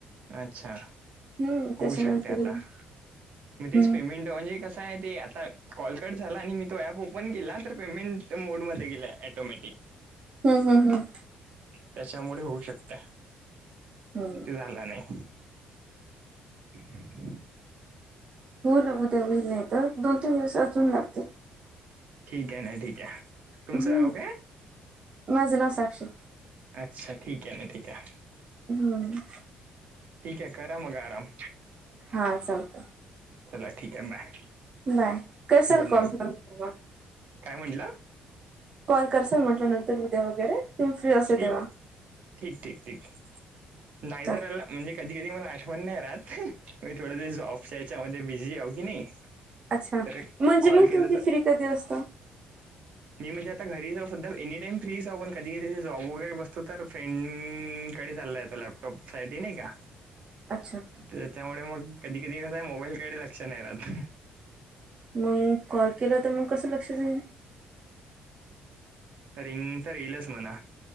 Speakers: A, on the right; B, on the right.
A: अच्छा
B: हम्म
A: होऊ
B: त्याच्यानंतर
A: शकते आता
B: येईल.
A: मग तेच
B: हम्म
A: पेमेंट म्हणजे कसं आहे ते आता कॉल कट झाला आणि मी तो ऍप ओपन केला तर पेमेंट मोडमध्ये गेलाय मॅटिक
B: हम्म हम्म हम्म
A: त्याच्यामुळे होऊ शकत.
B: हम्म
A: ते झालं नाही. <unintelligible>
B: हो ना उद्या होईल नाही तर दोन तीन दिवस अजून लागतील.
A: ठीक आहे ना ठीक आहे. तुमचं
B: हम्म.
A: नाव काय?
B: माझ नाव साक्षी.
A: अच्छा ठीक आहे ना ठीक आहे.
B: हम्म.
A: ठीक आहे करा मग आराम.
B: हां चालतं.
A: चला ठीक आहे. बाय,
B: बाय करसाल
A: गुड नाईट!
B: कॉल मग,
A: काय म्हटलं?
B: कॉल करसा म्हटलं नंतर उद्या वगैरे, तुम्ही फ्री असते
A: ठीक
B: तेव्हा
A: ठीक ठीक ठीक नाझरला
B: चाल
A: म्हणजे कधी कधी मला आठवण नाही राहात, मी थोडंस जॉबच्या याच्यामध्ये बिझी आहे की नाही.
B: अच्छा
A: तर
B: म्हणजे
A: कॉल
B: मग
A: केला
B: तुमची
A: तर
B: फ्री कधी असत?
A: मी म्हणजे आता घरी जाऊ सधा एनीटाइम फ्री जाऊ पण, कधी कधी जॉब वगैरे बसतो तर फ्रेंड कडे चाललाय जातो. लॅपटॉप साठी नाही का.
B: अच्छा!
A: त्याच्यामुळे मग कधी कधी कसय मोबाईलकडे लक्ष नाही राहत.
B: मग कॉल केला तर मग कसं लक्षात येईल.
A: रिंग तर येईलच म्हणा